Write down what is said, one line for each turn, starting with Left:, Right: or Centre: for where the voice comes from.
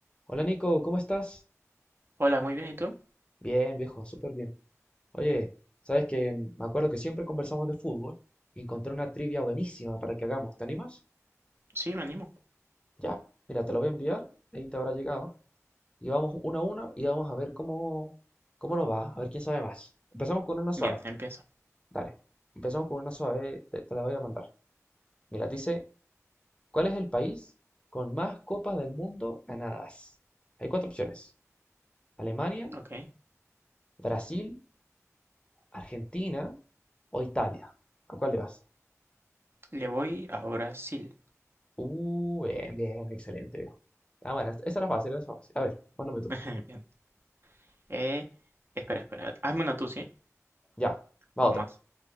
Left: Hola Nico, ¿cómo estás?
Right: Hola, muy bien, ¿y tú?
Left: Bien, viejo, súper bien. Oye, sabes que mm, me acuerdo que siempre conversamos de fútbol y encontré una trivia buenísima para que hagamos. ¿Te animas?
Right: Sí, me animo.
Left: Ya, mira, te lo voy a enviar, ahí te habrá llegado. Y vamos uno a uno y vamos a ver cómo, cómo nos va, a ver quién sabe más. Empezamos con una suave.
Right: Bien, empiezo.
Left: Dale, empezamos con una suave, te, te la voy a mandar. Mira, dice, ¿cuál es el país con más copas del mundo ganadas? Hay cuatro opciones. Alemania,
Right: Ok.
Left: Brasil, Argentina o Italia. ¿A cuál le vas?
Right: Le voy a Brasil.
Left: Uh, bien, bien, excelente, viejo. Ah, bueno, esta- esa era fácil, esa era fácil. A ver, mándame tú.
Right: <laughs> Bien. Eh, espera, espera. Hazme una tú, ¿sí?
Left: Ya, va
Right: uno
Left: otra,
Right: más.